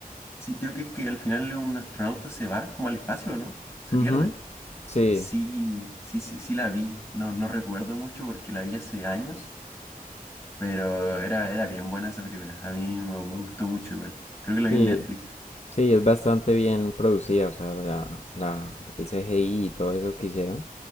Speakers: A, on the left; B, on the left.
A: Sí, creo que es que al final un astronauta se va como al espacio, ¿no? Se
B: Ujú,
A: pierde.
B: Sí.
A: Sí, sí, sí, sí la vi. No, no recuerdo mucho porque la vi hace años, pero era, era bien buena esa película. A mí me, me gustó mucho igual. Creo que la vi
B: Sí,
A: en Netflix.
B: sí, es bastante bien producida, o sea, la, la, el CGI y todo eso que hicieron